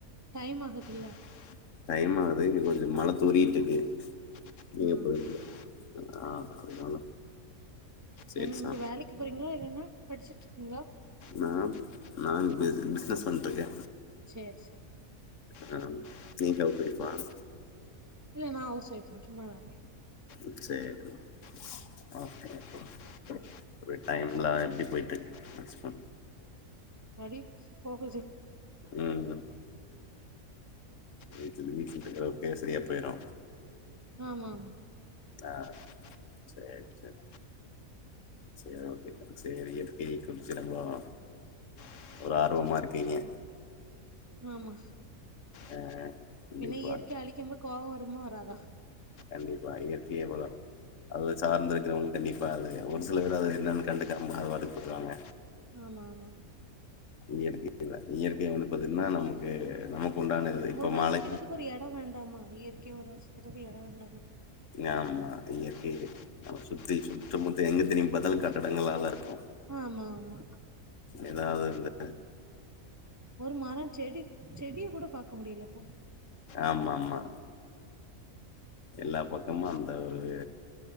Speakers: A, on the right (about 20°); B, on the left (about 65°).
A: டைம் ஆகுதுல்ல
B: <inaudible> டைம் ஆகுது இங்க கொஞ்ச மழ தூறிட்ருக்கு நீங்க
A: ம்
B: <unintelligible> ஆ அதனால சேரி
A: என்ன
B: சா
A: நீங்க வேலைக்கு போறீங்ளா இல்னா படிச்சுட்ருக்கீங்ளா
B: நா நா பிஸ் பிஸ்னஸ் பண்ட்ருக்கே
A: சேர் சேர்
B: ஆ தீங் அவர் வெரி ஃபாஸ்ட்
A: இல்ல நா அவுஸ் ஒய்ஃப்தா சும்மாத்தா இருக்கே
B: ம் சேரிமா ஓகே ஓகே அப்ற டைம்லா எப்டி போய்ட்ருக்கு உங்க ஹஸ்பண்ட்
A: அப்டியே போகுது
B: ம் வீட்டுலு வீட்ல <unintelligible> செரியா போயிடு
A: ஆமாமா
B: ஆ சேர் சேர் சேர் ஓகே சேரி இயற்கைய <unintelligible> ஒரு ஆர்வமா இருக்கீங்க
A: ஆமா
B: ஆ கண்டிப்பா
A: பின்ன இயற்கை அழி க்கம்போ கோவ வருமா வராதா
B: கண்டிப்பா இயற்கைய இவ்ளா அதுல சார்ந்து இருக்கிறவங்களுக்கு கண்டிப்பாக அது ஒரு சில பேர் அது என்னென்னு கண்டுக்காம அவுங்பாட்டுக்கு போயிருவாங்க
A: ஆமா ஆமா
B: இயற்கை <inaudible> இயற்கைய வந்து பாத்தீங்ன்னா நமக்கு நமக்கு உண்டானது இப்ப
A: ஒரு ரசிக்கிறதுக்கு
B: மழை
A: ஒரு எட வேண்டாமா இயற்கைய ஒரு ரசிக்கிறது எட வேண்டாமா
B: ஆமா இயற்க்கைவ நாம சுத்தி சுத்தமுத்தி எங்க திரும்பி பாத்தாலு கட்டடங்களாலதா இருக்கு
A: ஆமா ஆமா
B: ஏனா அது வந்து
A: ஒரு மரரோ செடி செடிய கூட பாக்க முடியல இப்போ
B: ஆமா ஆமா எல்லா பக்கமு அந்த ஒரு